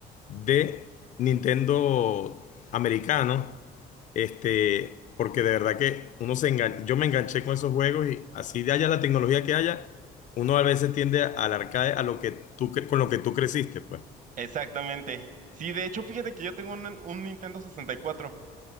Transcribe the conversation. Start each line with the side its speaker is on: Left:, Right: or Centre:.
Left: de Nintendo americano, este, porque de verdad que uno se engan- yo me enganché con esos juegos y así de haya la tecnología que haya, uno a veces tiende al arcade a lo que tú cre- con lo que tú creciste, pues.
Right: exactamente. Sí, de hecho, fíjate que yo tengo un, un Nintendo sesenta y cuatro